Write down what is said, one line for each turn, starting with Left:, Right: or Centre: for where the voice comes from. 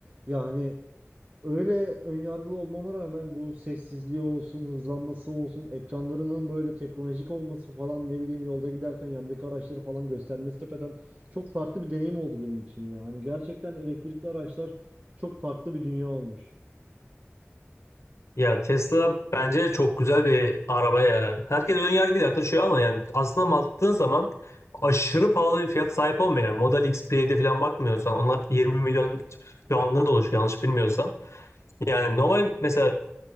Right: Ya hani öyle önyargılı olmama rağmen bu sessizliği olsun, hızlanması olsun, ekranlarının böyle teknolojik olması falan ne bileyim yolda giderken yandaki araçları falan göstermesi tepeden çok farklı bir deneyim oldu benim için ya. Hani gerçekten elektrikli araçlar çok farklı bir dünya olmuş.
Left: Ya Tesla bence çok güzel bir araba ya. Herkes ön yargıyla yaklaşıyor ama yani aslında baktığın zaman aşırı pahalı bir fiyat sahip olmuyor. Yani Model X, P'de falan bakmıyorsan onlar 20 milyon puanına dolaşıyor yanlış bilmiyorsam. Yani normal mesela